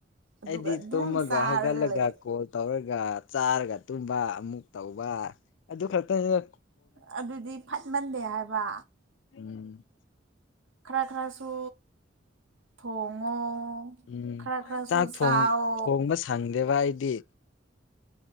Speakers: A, on the right; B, on the left.
A: ꯑꯗꯨꯒ
B: ꯑꯩꯗꯤ
A: ꯑꯗꯨꯝ
B: ꯇꯨꯝꯃꯒ
A: ꯆꯥꯔꯒ
B: ꯍꯧꯒꯠꯂꯒ
A: ꯂꯩ
B: ꯀꯣꯜ ꯇꯧꯔꯒ ꯆꯥꯔꯒ ꯇꯨꯝꯕ ꯑꯃꯨꯛ ꯇꯧꯕ ꯑꯗꯨ ꯈꯛꯇꯅꯤꯅ
A: ꯑꯗꯨꯗꯤ ꯐꯠꯃꯟꯗꯦ ꯍꯥꯏꯕ
B: ꯎꯝ
A: ꯈꯔ ꯈꯔꯁꯨ ꯊꯣꯡꯉꯣ
B: ꯎꯝ
A: ꯈꯔ ꯈꯔꯁꯨ
B: ꯆꯥꯛ
A: ꯆꯥꯎ
B: ꯊꯣꯡꯕ ꯁꯪꯗꯦꯕ ꯑꯩꯗꯤ